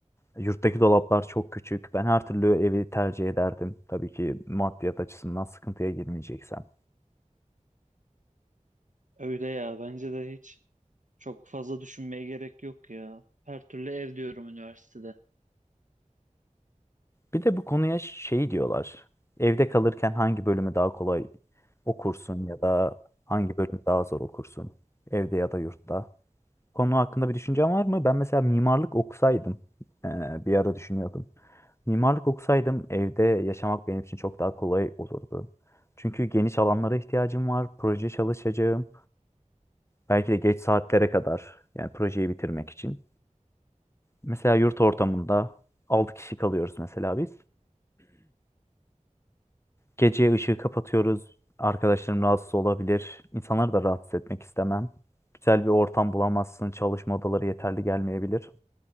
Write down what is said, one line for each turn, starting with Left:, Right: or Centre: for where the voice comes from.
Left: yurttaki dolaplar çok küçük. Ben her türlü evi tercih ederdim. Tabii ki maddiyat açısından sıkıntıya girmeyeceksem.
Right: Öyle ya bence de hiç çok fazla düşünmeye gerek yok ya. Her türlü ev diyorum üniversitede.
Left: Bir de bu konuya şey diyorlar. Evde kalırken hangi bölümü daha kolay okursun ya da hangi bölümü daha zor okursun? Evde ya da yurtta. konu hakkında bir düşüncen var mı? Ben mesela mimarlık okusaydım, e, bir ara düşünüyordum. Mimarlık okusaydım evde yaşamak benim için çok daha kolay olurdu. Çünkü geniş alanlara ihtiyacım var, proje çalışacağım. Belki de geç saatlere kadar yani projeyi bitirmek için. Mesela yurt ortamında 6 kişi kalıyoruz mesela biz. Gece ışığı kapatıyoruz. Arkadaşlarım rahatsız olabilir. İnsanları da rahatsız etmek istemem. Güzel bir ortam bulamazsın. Çalışma odaları yeterli gelmeyebilir.